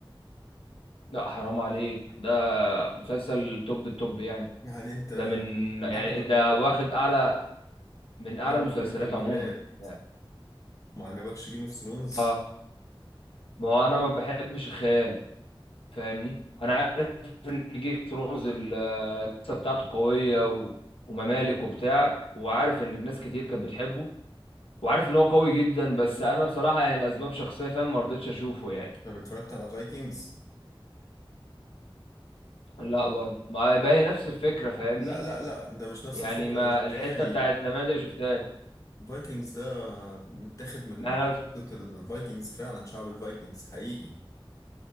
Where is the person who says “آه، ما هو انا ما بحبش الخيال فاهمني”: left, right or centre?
Left